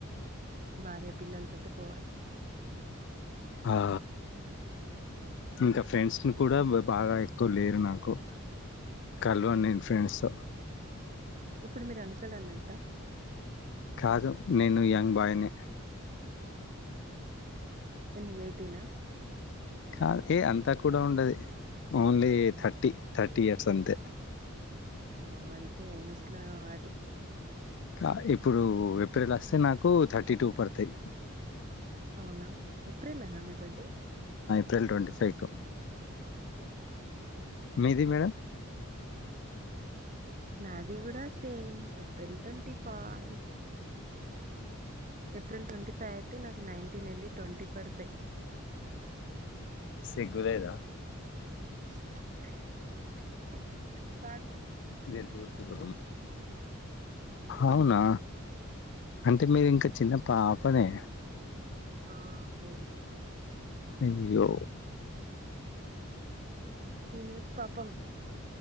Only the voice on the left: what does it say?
హా
ఇంక
ఫ్రెండ్స్ ని కూడా <inaudible> బాగా ఎక్కువ లేరు నాకు కలవను నేను ఫ్రెండ్స్ ఏతో
కాదు నేను యంగ్ బాయ్ని
కాదు ఏ అంత కూడా ఉండది ఓన్లీ ఏ థర్టీ థర్టీ ఇయర్స్ అంతే
కా ఇప్పుడు ఏప్రిల్ అస్తే నాకు థర్టీ టూ పడుతాయి
ట్వెల్ ట్వంటీ ఫైవ్కు మీది మేడం
సిగ్గులేదా
ఇదే దోస్తు అవునా అంటే మీరు ఇంకా చిన్న పాపనే
అయ్యో